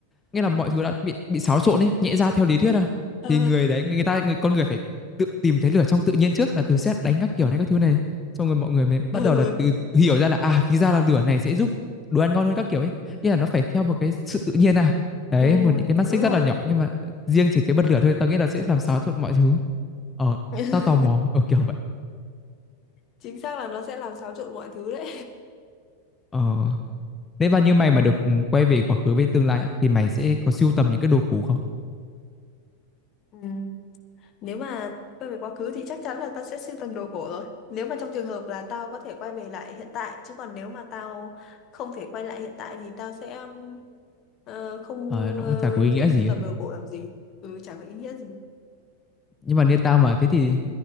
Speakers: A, on the left; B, on the left.
A: nghĩa là mọi thứ đã bị bị xáo trộn ấy nhẽ ra theo lý thuyết à
B: ờ
A: thì người đấy người ta người, con người phải tự tìm thấy lửa trong tự nhiên trước là từ sét đánh các kiểu này các thứ này xong rồi mọi người mới bắt
B: ừ,
A: đầu là tự hiểu ra là à thì ra là lửa này sẽ giúp đồ ăn ngon hơn các kiểu ấy nghĩa là nó phải theo một cái sự tự nhiên à đấy
B: ừ
A: một những cái mắt
B: đúng
A: xích
B: rồi
A: rất là nhỏ nhưng mà riêng chỉ cái bật lửa thôi tao nghĩ là sẽ làm xáo trộn mọi thứ ờ
B: <laughs>
A: tao tò mò ở kiểu vậy
B: chính xác là nó sẽ làm xáo trộn mọi thứ đấy
A: ờ nếu mà như mày mà được ừ, quay về quá khứ với tương lai á, thì mày sẽ có sưu tầm những cái đồ cũ không
B: <laughs> ừ Nếu mà quay về quá khứ thì chắc chắn là tao sẽ sưu tầm đồ cổ rồi. Nếu mà trong trường hợp là tao có thể quay về lại hiện tại, chứ còn nếu mà tao không thể quay lại hiện tại thì tao sẽ um, ờ, không
A: ờ nó
B: ờ,
A: cũng chả có ý
B: không
A: nghĩa gì
B: sưu
A: ấy.
B: tầm đồ cổ làm gì. Ừ, chẳng có ý nghĩa gì.
A: nhưng mà như tao mà thế thì